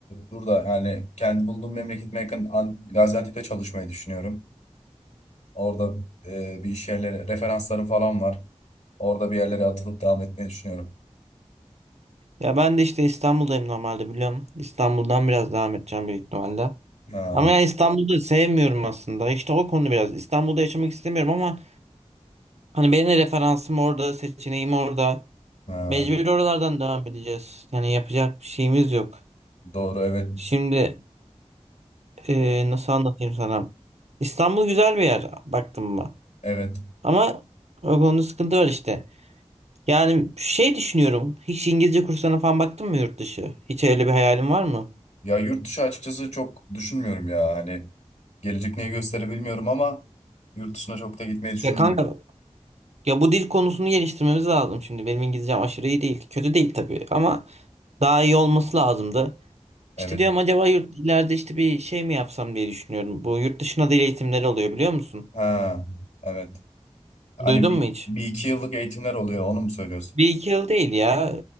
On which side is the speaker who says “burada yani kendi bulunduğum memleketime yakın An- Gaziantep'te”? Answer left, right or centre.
Left